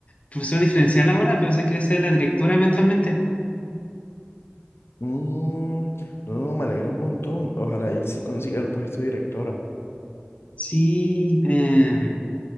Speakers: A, on the left; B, on the left.
A: profesora diferencial ahora, pero sé que es la directora eventualmente.
B: Mm, no, me alegra un montón. Ojalá y sí consiga el puesto de directora.
A: Sí, em,